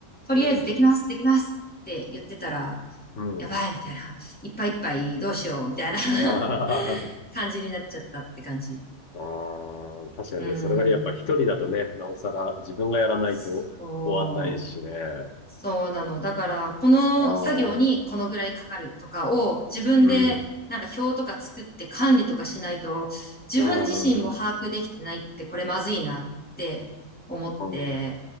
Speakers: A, in the centre; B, on the left.
A: とりあえずできます、
B: ん。
A: できますって言ってたら、
B: うん
A: やばい、みたいな。いっぱいいっぱいどうしよう、みたいな <laughs>
B: <laughs> ああ
A: 感じになっちゃったって感じ。
B: ああ、確かにね、
A: うん。
B: それがやっぱ一人だとね、なおさら自分がやらないと終わんないしね。
A: そう。そうなの。だから、この作業にこのぐらいかかるとかを自分でなんか表とか作って管理とかしないと、
B: ああ、うん、
A: 自分自身も把握できてないってこれまずいなって思って。
B: うん、うん、うん、